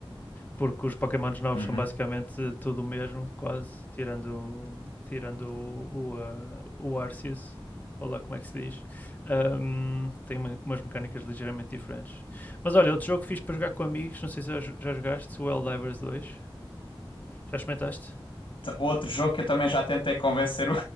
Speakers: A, on the left (about 20°); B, on the left (about 65°).
A: porque os Pokémons novos
B: uhum.
A: são basicamente tudo o mesmo, quase, tirando, tirando o, o, uh, o Arceus, ou lá como é que se diz. Um, tem umas mecânicas ligeiramente diferentes. Mas olha, outro jogo que fiz para jogar com amigos, não sei se já, já jogaste, o Helldivers dois. Já experimentaste?
B: Outro jogo que eu também já tentei convencer o...